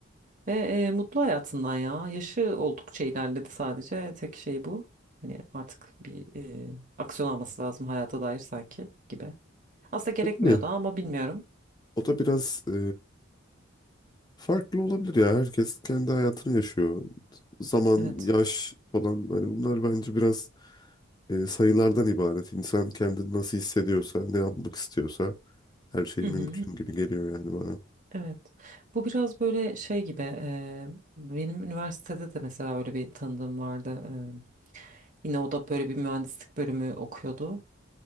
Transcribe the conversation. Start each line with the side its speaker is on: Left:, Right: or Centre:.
Right: Ve e, mutlu hayatından ya. Yaşı oldukça ilerledi sadece. Tek şey bu. Hani artık bir e, aksiyon alması lazım hayata dair sanki gibi. Aslında gerekmiyor
Left: Ne?
Right: da ama bilmiyorum.
Left: O da biraz e, farklı olabilir ya. Herkes kendi hayatını yaşıyor. Zaman,
Right: Evet.
Left: yaş falan hani bunlar bence biraz e, sayılardan ibaret. İnsan kendini nasıl hissediyorsa, ne yapmak istiyorsa her şey
Right: Hı
Left: mümkün
Right: hı. hı hı.
Left: gibi geliyor yani bana.
Right: Evet. Bu biraz böyle şey gibi. e, benim üniversitede de mesela öyle bir tanıdığım vardı. E, yine o da böyle bir mühendislik bölümü okuyordu.